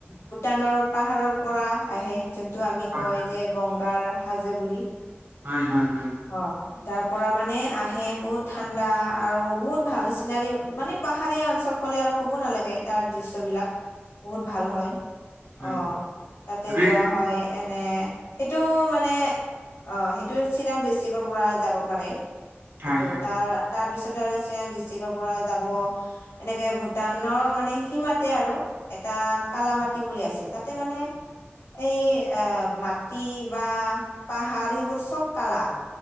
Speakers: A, on the left; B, on the right.
A: ভূটানৰ পাহাৰৰ পৰা আহে। যোনটো আমি
B: হয়
A: কয় যে গংগাৰ সাজে বুলি।
B: হয় হয় হয়।
A: অ', তাৰ পৰা মানে আহে বহুত ঠাণ্ডা আৰু বহুত ভাল চিনাৰী। মানে পাহাৰীয়া অঞ্চল ক'লে আৰু ক'ব নালাগে তাৰ দৃশ্যবিলাক। বহুত ভাল হয়
B: হয়
A: অ', তাতে
B: যে
A: যোৱা হয়। এনে সেইটো মানে অ', সেইটো চিৰাং ডিষ্ট্ৰিকৰ পৰা যাব পাৰে।
B: হয়
A: সেইটো।
B: হয়
A: তাৰ তাৰ পিছত আৰু চিৰাং ডিষ্ট্ৰিকৰ পৰা যাব। এনেকে ভূটানৰ মানে সীমাতে আৰু এটা কালা মাটি বুলি আছে। তাতে মানে এই আ মাটি বা পাহাৰ সেইবোৰ চব কালা।